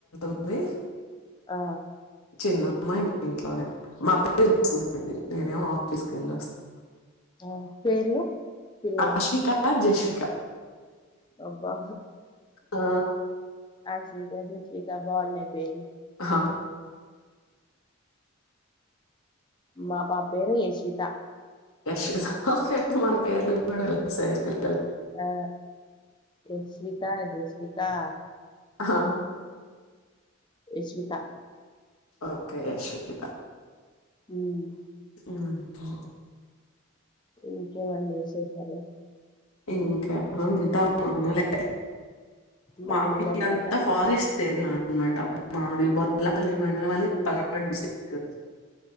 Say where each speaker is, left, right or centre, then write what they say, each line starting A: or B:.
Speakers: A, on the left; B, on the left.
A: ది
B: ఆ
A: చిన్నమ్మ ఇం ఇంట్లోనే మా అక్క చూసుకునే నేనేమో ఆఫీస్కి వెళ్ళి వస్తాను
B: ఆ పేర్లు పిల్లలకు
A: అశ్విక జశ్విక
B: అబ్బా
A: ఆ,
B: అశ్విక జశ్రీ బవున్నయ్ పేర్లు
A: ఆ
B: మా పాప పేరు యశ్వితా
A: యాష్ <unintelligible>
B: ఆ జష్విత జష్వికా
A: ఆ
B: యశ్విత
A: ఓకే యశ్విత
B: ఉమ్
A: ఉమ్
B: ఇంకేం అండి విశేషాలు
A: ఇంక అంత మామూలే
B: మామూలే
A: మాకి
B: అంటారా
A: అంత ఫారెస్ట్ సరిన్నమాట మారి పల్ మండ మల్ ప డిస్క్